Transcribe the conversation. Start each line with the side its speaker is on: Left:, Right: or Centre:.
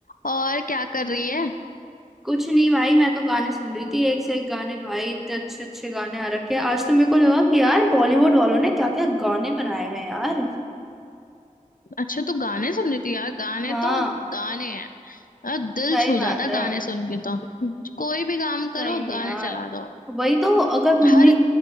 Left: और क्या कर रही है
Centre: कुछ नहीं भाई मैं तो गाने सुन रही थी एक से एक गाने भाई इतने अच्छे अच्छे गाने आ रखे हैं आज तो मेरे को लगा कि यार बॉलीवुड वालों ने क्या क्या गाने बनाए हुए हैं यार
Left: अच्छा तू गाने सुन रही थी यार गाने
Centre: हाँ
Left: तो गाने हैं यार दिल
Centre: सही
Left: छू
Centre: बात
Left: जाता है
Centre: है
Left: गाने सुन के तो कोई भी काम
Centre: सही
Left: करो
Centre: में
Left: गाने
Centre: यार
Left: चला दो
Centre: वही तो अगर मम्मी
Left: हर